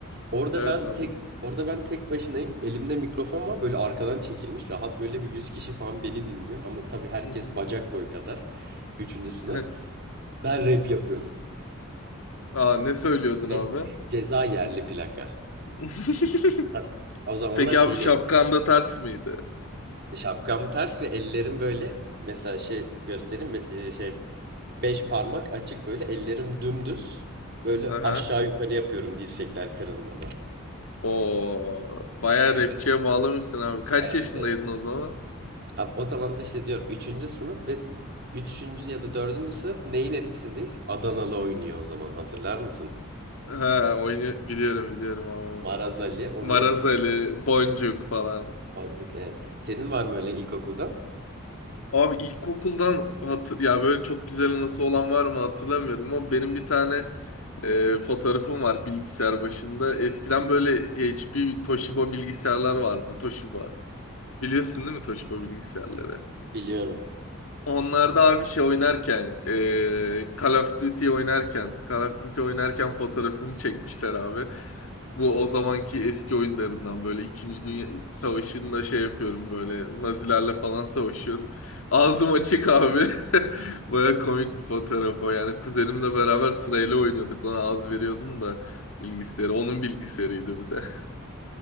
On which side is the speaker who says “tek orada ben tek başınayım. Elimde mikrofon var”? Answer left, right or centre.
Right